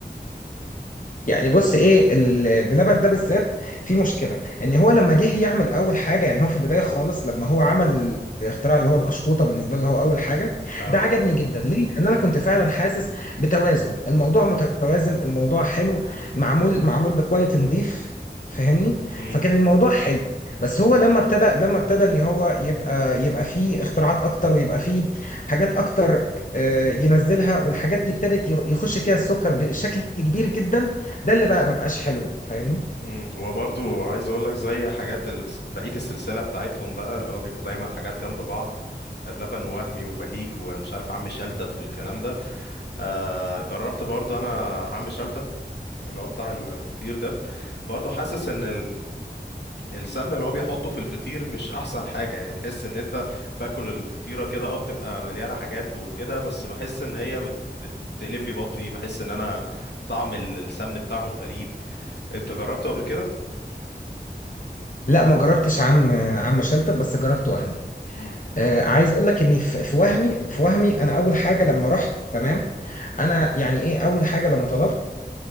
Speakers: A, on the left (about 50°); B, on the left (about 75°).
A: يعني بص ايه ال- بلبن ده بالذات في مشكله ان هو لما جه يعمل اول حاجه يعني هو في البدايه خالص لما هو عمل الاختراع اللي هو القشطوطه بالنسبه له هو اول حاجه
B: اه
A: ده عجبني جدا ليه؟ لان انا كنت فعلا حاسس بتوازن الموضوع متوازن الموضوع حلو معمول معمول بكواليتي نظيف فاهمني؟
B: امم
A: فكان الموضوع حلو بس هو لما ابتدى لما ابتدى ان هو يبقى يبقى فيه اختراعات اكتر ويبقى فيه حاجات اكتر آه، ينزلها والحاجات دي ابتدت يخش فيها السكر بشكل كبير جدا ده اللي بقى مبقاش حلو فاهمني
B: امم وبرضو عايز اقول لك زي حاجات ال... بقيه السلسله بتاعتهم بقى اللي هو بيبقوا دايما حاجات جنب بعض بلبن وهمي وبهيج ومش عارف عم شلتت والكلام ده آه جربت برضو انا عم شلتت اللي هو بتاع ال- الفطير ده برضو حاسس ان السمنه اللي هو بيحطه في الفطير مش احسن حاجه يعني تحس ان انت باكل الفطيره كده اه بتبقى مليانه حاجات وكده بس بحس ان هي بت بت بتقلب لي بطني بحس ان انا طعم ال- السمن بتاعهم غريب انت جربته قبل كده
A: لا ما جربتش عم عم شلتت بس جربت وهمي
B: مم.
A: آه عايز اقول لك اني في في وهمي في وهمي انا اول حاجه لما رحت تمام انا يعني ايه اول حاجه لما طلبت